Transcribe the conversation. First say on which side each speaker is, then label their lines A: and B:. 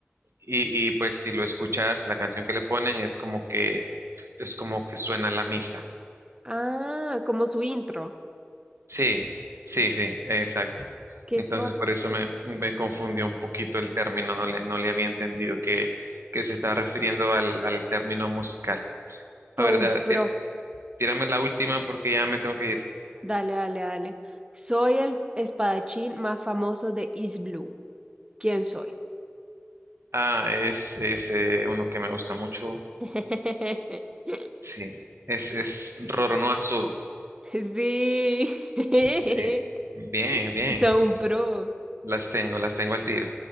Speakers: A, on the right; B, on the right.
A: Y, y pues si lo escuchas, la canción que le ponen es como que, es como que suena la misa.
B: Ah, como su intro.
A: Sí, sí, sí, eh, exacto.
B: Que
A: Entonces, por eso me, me confundió un poquito el término, no le, no le había entendido que, que se estaba refiriendo al, al término musical.
B: todo
A: La verdad,
B: un pro.
A: Tírame la última porque ya me tengo que ir.
B: Dale, dale, dale. Soy el espadachín más famoso de East Blue. ¿Quién soy?
A: Ah, es, es eh, uno que me gusta mucho.
B: <laughs>
A: Sí, es, es Roronoa Suru.
B: Sí. <laughs>
A: Sí, bien, bien.
B: Soy un pro.
A: Las tengo, las tengo al tiro.